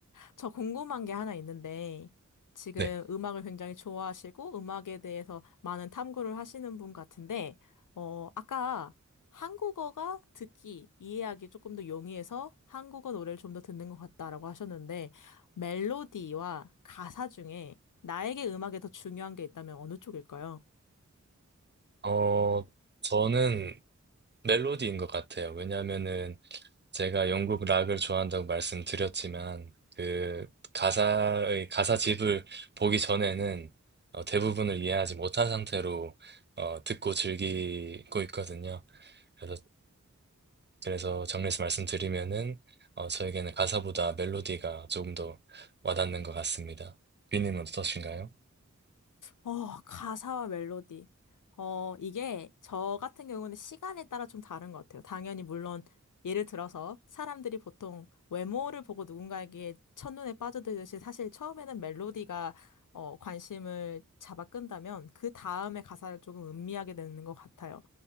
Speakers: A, on the left; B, on the right.
A: 저 궁금한 게 하나 있는데, 지금
B: 네,
A: 음악을 굉장히 좋아하시고, 음악에 대해서 많은 탐구를 하시는 분 같은데, 어, 아까 한국어가 듣기, 이해하기 조금 더 용이해서 한국어 노래를 좀 더 듣는 것 같다라고 하셨는데, 멜로디와 가사 중에 나에게 음악에 더 중요한 게 있다면 어느 쪽일까요?
B: 어, 저는 멜로디인 것 같아요. 왜냐하면은 제가 영국 락을 좋아한다고 말씀드렸지만 그 가사의 가사집을 보기 전에는 어, 대부분을 이해하지 못한 상태로 어, 듣고 즐기고 있거든요. 그래서 그래서 정리해서 말씀드리면은 어, 저에게는 가사보다 멜로디가 조금 더 와닿는 것 같습니다. 비님은 어떠신가요?
A: 어, 가사와 멜로디. 어, 이게 저 같은 경우는 시간에 따라 좀 다른 것 같아요. 당연히 물론 예를 들어서 사람들이 보통 외모를 보고 누군가에게 첫눈에 빠져들듯이 사실 처음에는 멜로디가 어, 관심을 잡아 끈다면 그 다음에 가사를 조금 음미하게 되는 것 같아요.